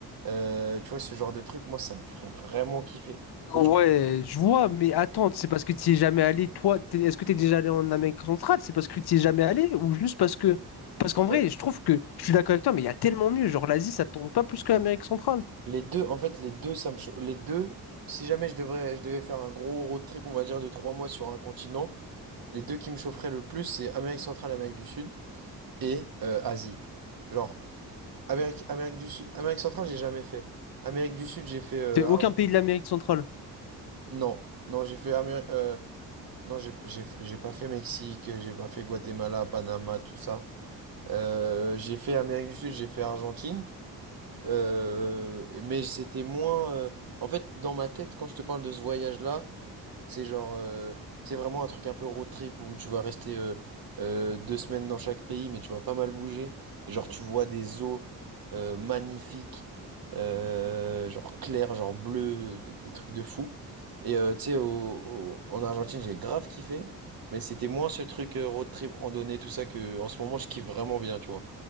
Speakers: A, on the right; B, on the left.
A: euh, tu vois, ce genre de truc, moi, ça me ferait vraiment kiffer. Ou
B: Ouais,
A: je-
B: je vois, mais attends, c'est parce que tu es jamais allé, toi, t'es- est-ce que tu es déjà allé en Amérique centrale? C'est parce que tu es jamais allé ou juste parce que... Parce qu'en vrai,
A: Euh,
B: je trouve que je suis d'accord avec toi, mais il y a tellement mieux. Genre, l'Asie, ça tourne pas plus que l'Amérique centrale.
A: Les deux, en fait, les deux, ça me chauffe. Les deux, si jamais je devrais, je devais faire un gros road trip, on va dire, de trois mois sur un continent, les deux qui me chaufferaient le plus, c'est Amérique centrale et Amérique du Sud. et euh, Asie. Genre, Amérique, Amérique du Sud, Amérique centrale, j'ai jamais fait. Amérique du Sud, j'ai fait. euh,
B: C'est aucun
A: Ar-
B: pays de l'Amérique centrale.
A: non, non, j'ai fait. Amérique, euh, non, j'ai j'ai- j'ai pas fait Mexique, j'ai pas fait Guatemala, Panama, tout ça. Euh, j'ai fait Amérique du Sud, j'ai fait Argentine. Euh, mais c'était moins. euh, en fait, dans ma tête, quand je te parle de ce voyage-là, C'est genre, euh, c'est vraiment un truc un peu road trip où tu vas rester euh, euh, deux semaines dans chaque pays, mais tu vas pas mal bouger. Et genre, tu vois des eaux euh, magnifiques, euh, genre claires, genre bleues, des des trucs de fou. Et euh, tu sais, au- au- en Argentine, j'ai grave kiffé, mais c'était moins ce truc euh, road trip, randonnée, tout ça, que en ce moment, je kiffe vraiment bien, tu vois.